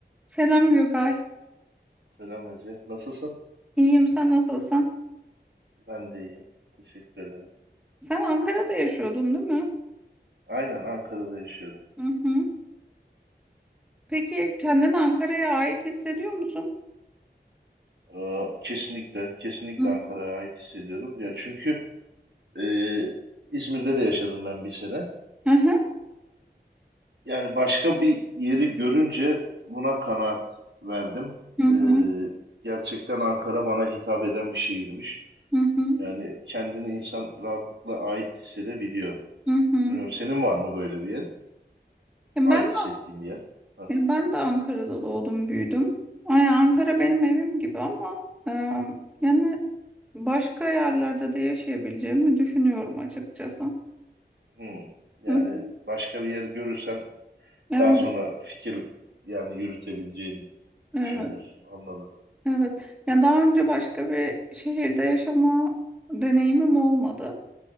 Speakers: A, in the centre; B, on the right (about 80°).
A: Selam Gökay.
B: Selam Ece. Nasılsın?
A: İyiyim, sen nasılsın?
B: Ben de iyiyim. Teşekkür ederim.
A: Sen Ankara'da yaşıyordun, değil mi?
B: Aynen Ankara'da yaşıyorum.
A: Hı hı. Peki kendini Ankara'ya ait hissediyor musun?
B: Ee, kesinlikle, kesinlikle
A: Hı
B: Ankara'ya ait hissediyorum. Ya çünkü e, İzmir'de de yaşadım ben bir sene.
A: hı.
B: Yani başka bir yeri görünce buna kanaat verdim.
A: Hı hı.
B: Ee, gerçekten Ankara bana hitap eden bir şehirmiş.
A: Hı hı.
B: Yani kendini insan rahatlıkla ait hissedebiliyor.
A: Hı hı.
B: Bilmiyorum senin var mı böyle bir yer?
A: Ya Ben
B: Ait hissettiğin bir yer? Hah.
A: de, ben de Ankara'da doğdum, büyüdüm. Ay, Ankara benim evim gibi ama e, yani başka yerlerde de yaşayabileceğimi düşünüyorum açıkçası.
B: Hmm. Yani
A: Hı. hı.
B: başka bir yer görürsen
A: Evet,
B: Daha sonra fikir yani yürütebileceğini
A: evet,
B: düşünüyorsun. Anladım.
A: evet. Yani daha önce başka bir şehirde yaşama deneyimim olmadı.